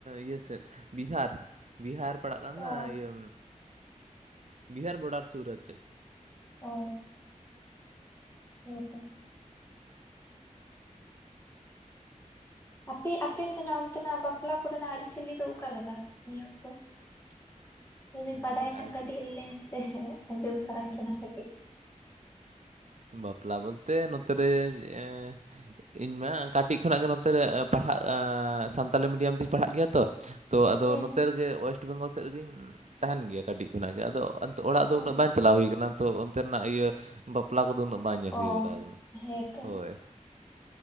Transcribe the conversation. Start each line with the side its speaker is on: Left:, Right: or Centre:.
Right: ᱤᱭᱟᱹ ᱥᱮᱫ, ᱵᱤᱦᱟᱨ ᱵᱤᱦᱟᱨ ᱯᱟᱲᱟᱜ ᱠᱟᱱ ᱫᱚ
Left: ᱚ
Right: ᱤᱭᱟᱹ ᱵᱤᱦᱟᱨ ᱵᱚᱰᱟᱨ ᱥᱩᱨ ᱟᱨ ᱪᱮᱫ
Left: ᱚ ᱦᱮᱸ ᱛᱚ ᱟᱯᱮ ᱟᱯᱮ ᱥᱮᱱᱟᱜ ᱚᱱᱛᱮᱱᱟᱜ ᱵᱟᱯᱞᱟ ᱠᱚᱨᱮᱱᱟᱜ ᱟᱹᱨᱤᱪᱟᱹᱞᱤ ᱫᱚ ᱚᱠᱟᱞᱮᱠᱟ ᱱᱤᱭᱚᱢ ᱠᱚ?
Right: <inaudible>
Left: ᱡᱚᱫᱤᱢ ᱵᱟᱰᱟᱭ ᱠᱷᱟᱱ
Right: ᱟᱨ
Left: ᱠᱟᱴᱤᱡ
Right: ᱪᱤᱞᱤ
Left: ᱞᱟᱹᱭ ᱢᱮᱥᱮ ᱟᱡᱚᱢ ᱥᱟᱱᱟᱧ ᱠᱟᱱᱟ ᱠᱟᱴᱤᱡ᱾
Right: ᱵᱟᱯᱞᱟ ᱵᱚᱞᱛᱮ ᱱᱚᱛᱮᱨᱮ <unintelligible> ᱤᱧ ᱢᱟ ᱠᱟᱴᱤᱡ ᱠᱷᱚᱱᱟᱜ ᱜᱮ ᱱᱚᱛᱮ ᱨᱮ ᱯᱟᱲᱦᱟᱜ ᱥᱟᱱᱛᱟᱞᱤ ᱢᱤᱰᱤᱭᱟᱢ ᱛᱤᱧ ᱯᱟᱲᱦᱟᱜ ᱜᱮᱭᱟ ᱛᱚ ᱛᱚ ᱟᱫᱚ
Left: ᱦᱮᱸ
Right: ᱱᱚᱛᱮ ᱨᱮᱜᱮ ᱳᱭᱮᱥᱴ ᱵᱮᱝᱜᱚᱞ ᱥᱮᱫ ᱨᱮᱜᱤᱧ ᱛᱟᱦᱮᱱ ᱜᱮᱭᱟ ᱠᱟᱹᱴᱤᱡ ᱠᱷᱚᱱᱟᱜ ᱜᱮ ᱟᱫᱚ ᱚᱲᱟᱜ ᱫᱚ
Left: ᱚ
Right: ᱩᱱᱟᱹᱜ ᱵᱟᱝ ᱪᱟᱞᱟᱣ ᱦᱩᱭ ᱠᱟᱱᱟ ᱛᱚ ᱚᱱᱛᱮᱱᱟᱜ ᱤᱭᱟᱹ ᱵᱟᱯᱞᱟ ᱠᱚᱫᱚ ᱩᱱᱟᱹᱜ ᱵᱟᱝ ᱧᱮᱞ
Left: ᱚ
Right: ᱦᱩᱭ ᱵᱟᱲᱟ ᱟᱠᱟᱱᱟ
Left: ᱦᱮᱸᱛᱚ
Right: ᱦᱳᱭ